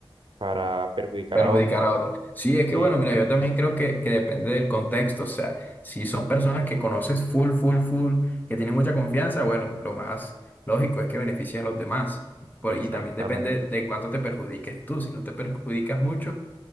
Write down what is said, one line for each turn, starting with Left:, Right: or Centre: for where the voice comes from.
Right: para perjudicar
Left: perjudicar
Right: a otros.
Left: a otros. Sí, es
Right: Sí,
Left: que bueno, mira, yo también creo que, que depende del contexto, o sea, si son personas que conoces full, full, full, que tienen mucha confianza, bueno, lo más lógico es que beneficien a los demás. Por-
Right: exactamente.
Left: y también depende de cuánto te perjudiques tú, si no te perjudicas mucho,